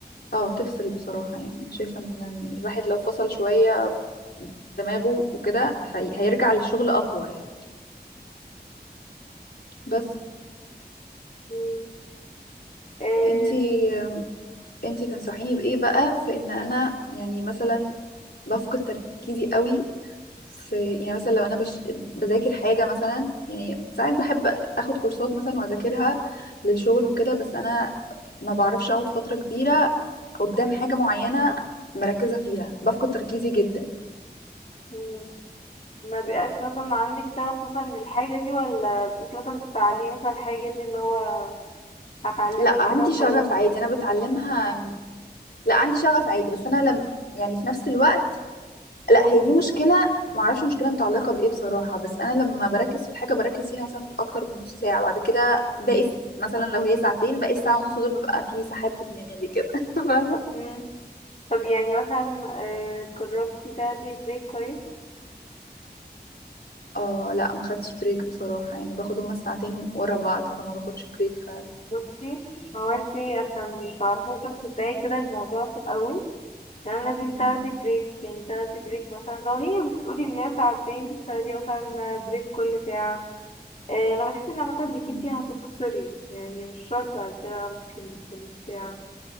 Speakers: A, on the left; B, on the left.
A: اه تفصل بصراحة يعني أنا شايفة إن الواحد لو فصل شوية دماغه وكده هي... هيرجع للشغل اقوى يعني بس
B: مم. آه،
A: انتي انتي تنصحيني بايه بقى في ان انا يعني مثلا بفقد تركيزي قوي في يعني مثلا لو انا بش... بذاكر حاجه مثلا يعني ساعات بحب اخد كورسات مثلا واذاكرها للشغل وكده بس انا ما بعرفش اقعد فتره كبيره قدام حاجه معينه مركزه فيها بفقد تركيزي جدا
B: مم. ما بيبقاش مثلا عندك شغف مثلا للحاجة دي ولا انتي مثلا بتتعلمي مثلا الحاجة دي اللي هو هتعلمها
A: لا
B: كده
A: عندي
B: وخلاص
A: شغف عادي انا بتعلمها لا عندي شغف عادي بس انا لم يعني في نفس الوقت لا هي دي مشكله ما اعرفش مشكله متعلقه بايه بصراحه بس انا لما بركز في الحاجه بركز فيها مثلا اكتر من نص ساعه بعد كده باقي الس- مثلا لو هي ساعتين باقي الساعه ونص دول ببقى فيه سحاب في دماغي كده <laughs> فاهمه
B: مم. طب يعني مثلا آه، جربتي تاخدي بريك طيب
A: اه لا ما خدتش بريك بصراحه يعني باخد هما الساعتين ورا بعض فما باخدش بريك فعلا
B: بصي هو انتي عشان تعرفي مثلا تبداي كده الموضوع في الأول تمام لازم
A: امم
B: تاخدي بريك يعني تاخدي بريك مثلا لو هي بتقولي الناس ساعتين تاخدي مثلا بريك كل ساعة آه، لما تحسي ان عامة انك
A: امم
B: انتي هتقصري يعني مش شرط على ساعة ممكن تكون ساعة